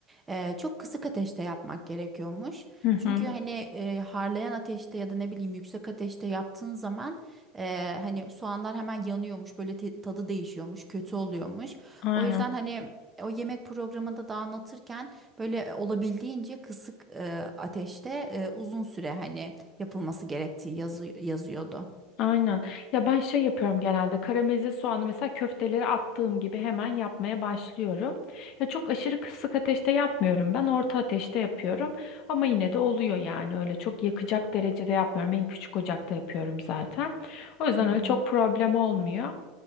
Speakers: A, on the right; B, on the left.
A: Ee, çok kısık ateşte yapmak gerekiyormuş.
B: Hı hı,
A: Çünkü hani e, harlayan ateşte ya da ne bileyim yüksek ateşte yaptığın zaman e, hani soğanlar hemen yanıyormuş, böyle te- tadı değişiyormuş, kötü oluyormuş.
B: aynen.
A: O yüzden hani o yemek programında da anlatırken böyle olabildiğince kısık e, ateşte e, uzun süre hani yapılması gerektiği yazı yazıyordu.
B: Aynen. Ya ben şey yapıyorum genelde. Karamelize soğanı mesela köfteleri attığım gibi hemen yapmaya başlıyorum. Ya çok aşırı kısık ateşte yapmıyorum. Ben orta ateşte yapıyorum. Ama yine de oluyor yani. Öyle çok yakacak derecede yapmıyorum. En küçük ocakta yapıyorum zaten. O yüzden
A: Hı
B: öyle çok
A: hı.
B: problem olmuyor.